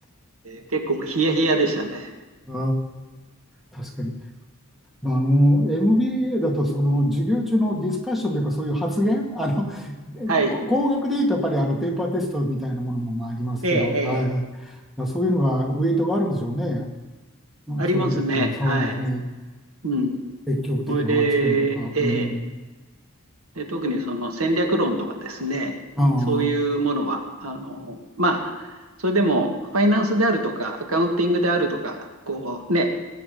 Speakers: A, on the right; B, in the centre.
A: えー結構ヒヤヒヤでしたね。
B: ああ、確かに。まああの、MBA だと、その、授業中のディスカッションというか、そういう発言、あの、
A: はい。
B: こ工学でいうと、やっぱり、あの、ペーパーテストみたいなものも、まあ、ありますけど、
A: ええ、ええ、
B: はいはい。だからそういうのが、ウェイトがあるんでしょうね。
A: ありますね。
B: そういう、あそうですね。
A: はい。うん。
B: 積極的な発言とか、
A: それで、ええ、
B: うん。
A: で、特にその戦略論とかですね、
B: ああ、
A: そういうものは、あの、まあ、それでも、ファイナンスであるとか、アカウンティングであるとか、こうね、